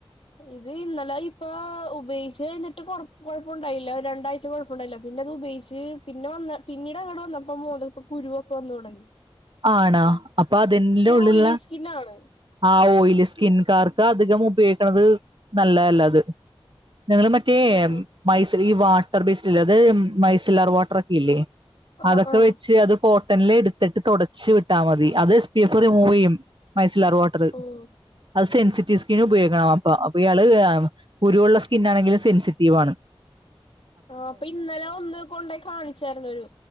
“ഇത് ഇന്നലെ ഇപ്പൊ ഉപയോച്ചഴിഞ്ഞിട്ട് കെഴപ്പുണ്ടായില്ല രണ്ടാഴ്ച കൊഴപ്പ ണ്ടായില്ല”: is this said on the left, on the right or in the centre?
Left